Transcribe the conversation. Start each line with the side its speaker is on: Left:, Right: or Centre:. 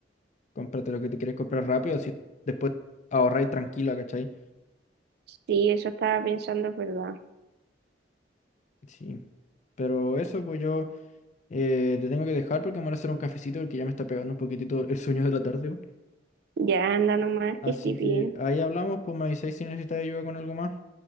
Left: cómprate lo que te quieres comprar rápido, así después ahorráis tranquila, ¿cachai?
Right: Sí, eso estaba pensando, es verdad.
Left: Sí. Pero eso, pues yo eh, te tengo que dejar porque me voy a hacer un cafecito porque ya me está pegando un poquitito el sueño de la tarde, weón.
Right: Ya anda nomás,
Left: Así
Right: que estés
Left: que
Right: bien.
Left: ahí hablamos, pues me avisáis si necesitáis ayuda con algo más.